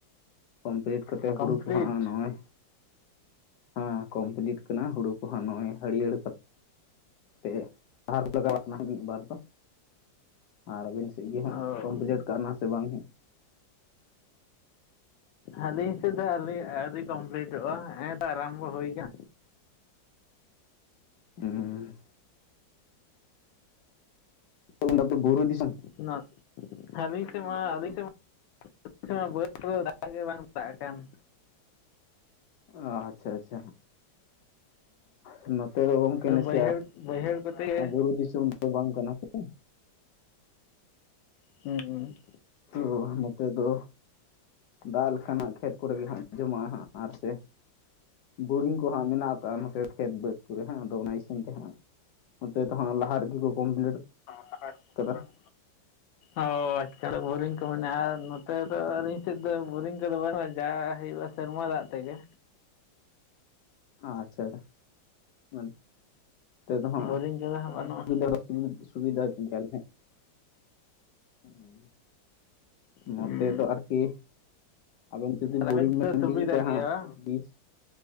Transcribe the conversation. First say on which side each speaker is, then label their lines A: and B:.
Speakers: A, on the left (about 65°); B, on the left (about 85°).
A: ᱠᱚᱢᱯᱞᱤᱴ ᱠᱟᱛᱮᱫ
B: ᱠᱚᱢᱯᱞᱤᱴ
A: ᱦᱩᱲᱩ ᱠᱚ ᱦᱟᱸᱜ ᱱᱚᱜᱼᱚᱭ ᱦᱮᱸ ᱠᱚᱢᱯᱞᱤᱴ ᱠᱟᱱᱟ, ᱦᱩᱲᱩ ᱠᱚᱦᱟᱸᱜ ᱱᱚᱜ ᱚᱭ ᱦᱟᱹᱨᱭᱟᱹᱲ ᱛᱮ <unintelligible> ᱞᱟᱜᱟᱣ ᱠᱟᱱᱟ ᱢᱤᱫ ᱵᱟᱨ ᱫᱚ ᱟᱨ ᱟᱹᱵᱮᱱ ᱥᱮᱫ ᱜᱮ
B: ᱚ
A: ᱦᱟᱸᱜ ᱠᱚᱢᱯᱞᱤᱴ ᱠᱟᱱᱟ ᱥᱮ ᱵᱟᱝ?
B: ᱟᱹᱞᱤᱧ ᱥᱮᱫ ᱫᱚ ᱟᱞᱤ ᱟᱣᱨᱤ ᱠᱚᱢᱯᱞᱤᱴᱚᱜᱼᱟ᱾ ᱦᱮᱸᱛᱚ ᱟᱨᱟᱢᱵᱚ ᱦᱩᱭ ᱱᱟ᱾
A: ᱦᱩᱸ᱾ <unintelligible> ᱫᱚ ᱵᱩᱨᱩ ᱫᱤᱥᱚᱢ
B: ᱚᱱᱟ ᱟᱹᱞᱤᱧ ᱥᱮᱫ ᱢᱟ ᱟᱹᱞᱤᱧ ᱥᱮᱫ ᱢᱟ <unintelligible> ᱵᱟᱹᱫᱽ ᱨᱮᱫᱚ ᱫᱟᱜ ᱜᱮ ᱵᱟᱝ ᱫᱟᱜ ᱟᱠᱟᱱ᱾
A: ᱚ ᱟᱪᱷᱟ ᱟᱪᱷᱟ ᱟᱸ ᱱᱚ ᱛᱚ ᱜᱚᱝᱠᱮ ᱱᱟᱥᱮᱭᱟᱜ
B: ᱵᱟᱹᱭᱦᱟᱹᱲ ᱵᱟᱹᱭᱦᱟᱹᱲ ᱠᱚᱛᱮ ᱜᱮ
A: ᱵᱩᱨᱩ ᱫᱤᱥᱚᱢ ᱫᱚ ᱵᱟᱝ ᱠᱟᱱᱟ ᱥᱮ
B: ᱦᱩᱸ᱾
A: ᱛᱚ ᱱᱚᱛᱮ ᱫᱚ ᱫᱟᱜ ᱞᱮᱠᱷᱟᱱ ᱦᱟᱜᱸ ᱠᱷᱮᱛ ᱠᱚᱨᱮ ᱜᱮ ᱦᱟᱜ ᱡᱚᱢᱟᱜᱼᱟ ᱦᱟᱜᱸ ᱟᱨ ᱥᱮ ᱵᱳᱨᱤᱝ ᱠᱚ ᱦᱟᱸᱜ ᱢᱮᱱᱟᱜ ᱠᱟᱜᱼᱟ᱾ ᱱᱚᱛᱮ ᱠᱷᱮᱛ ᱵᱟᱹᱫᱽ ᱠᱚᱨᱮ ᱦᱟᱸᱜ ᱟᱫᱚ ᱚᱱᱟ ᱤᱥᱤᱱ ᱛᱮ ᱦᱟᱸᱜ ᱱᱚᱛᱮ ᱛᱚ ᱦᱟᱸᱜ ᱞᱟᱦᱟ ᱨᱮᱜᱮ ᱠᱚ ᱠᱚᱢᱯᱞᱤᱴ
B: <unintelligible>
A: ᱟᱠᱟᱫᱟ
B: ᱚ ᱟᱪᱪᱷᱟ ᱵᱳᱨᱤᱝ ᱠᱚ ᱢᱮᱱᱟᱜᱼᱟ᱾ ᱟᱨ ᱱᱚᱛᱮ ᱫᱚ ᱟᱹᱞᱤᱧ ᱥᱮᱫ ᱫᱚ ᱵᱳᱨᱤᱝ ᱠᱚᱫᱚ ᱵᱟᱹᱱᱩᱜᱼᱟ᱾ ᱡᱟ ᱦᱩᱭᱩᱜᱼᱟ᱾ ᱥᱮᱨᱢᱟ ᱫᱟᱜ ᱛᱮᱜᱮ᱾
A: ᱟᱪᱪᱷᱟ ᱟᱪᱷᱟ <unintelligible> ᱛᱮᱫᱚ ᱦᱟᱸᱜ
B: ᱵᱳᱨᱤᱝ ᱠᱚᱫᱚ ᱦᱟᱸᱜ ᱵᱟᱹᱱᱩᱜᱼᱟ
A: <unintelligible> ᱥᱩᱵᱤᱫᱷᱟ ᱜᱮᱞ <unintelligible>
B: ᱦᱟᱸᱜ
A: ᱱᱚᱛᱮ ᱫᱚ ᱟᱨᱠᱤ ᱟᱫᱚ ᱱᱚᱛᱮ ᱫᱚ ᱵᱤᱞᱰᱤᱝ
B: ᱟᱵᱮᱱ ᱥᱮᱫ
A: <unintelligible>
B: ᱥᱩᱵᱤᱫᱟ ᱜᱮᱭᱟ
A: ᱦᱟᱸᱜ
B: ᱵᱟᱝ
A: ᱵᱤᱥ